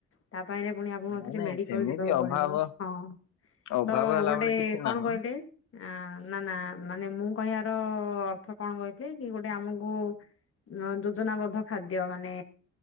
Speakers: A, on the left (about 45°); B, on the left (about 75°).
A: ତା ପାଇଁରେ- ପୁଣି ଆପଣଙ୍କୁଥରେ
B: ନାଇଁ ନାଇଁ
A: ମେଡିକାଲ
B: ସେମିତି
A: ଯିବାକୁ ପଡିବ।
B: ଅଭାବ
A: ହଁ
B: ଅଭାବ
A: ତ
B: ହେଲା
A: ଗୋଟେ
B: ଭଳି କିଛି
A: କଣ
B: ନାହିଁ
A: କହିଲେ। ଆ ନା ନା ମାନେ ମୁଁ କହିବାର ଅର୍ଥ କଣ କହିଥିଲ କି ଗୋଟେ ଆମକୁ ନ ଯୋଜନା ବଦ୍ଧ ଖାଦ୍ୟ ମାନେ-